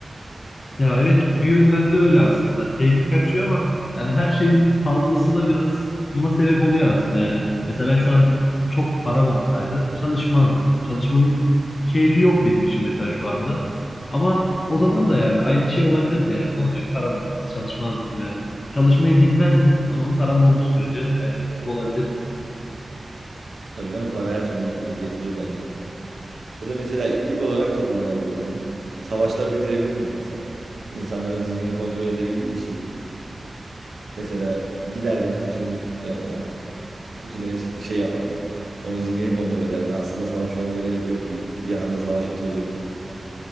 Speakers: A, on the left; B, on the right.
A: Ya evet bir yönden de öyle aslında. Keyfi kaçıyor ama yani her şeyin fazlası da biraz buna sebep oluyor aslında yani. Mesela ben şu an çok param olsaydı çalışmazdım. Çalışmanın keyfi yok benim için mesela şu anda. Ama o zaman da yani aynı şey olabilirdi yani ne olacak param olmaz çalışmazdım yani. Çalışmayı bilmezdim ama param olduğu sürece bence mutlu olabilirdim.
B: Tabii canım para her türlü mutluluk getirir bence. Ya da mesela iyilik olarak da kullanabilirdin. Savaşları bitirebilirdin mesela. İnsanların zihnini kontrol edebildiğin için. Mesela giderdin Putin'in yanına. Putin'e şey yapardın. Onun zihnini kontrol ederdin. Aslında savaşmamıza gerek yok deyip bir anda savaş bitirebilirdin.